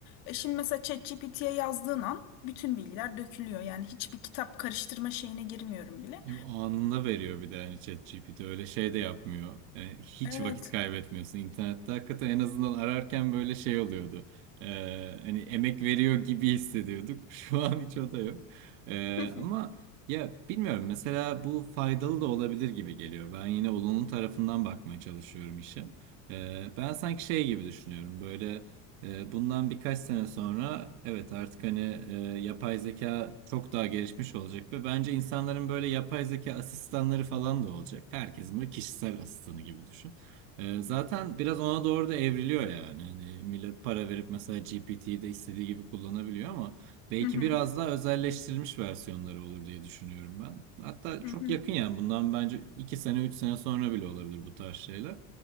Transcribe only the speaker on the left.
E, şimdi mesela ChatGPT'ye ye yazdığın an bütün bilgiler dökülüyor. Yani hiçbir kitap karıştırma şeyine girmiyorum bile.
Evet.
<laughs>
Hı hı.
Hı
hı,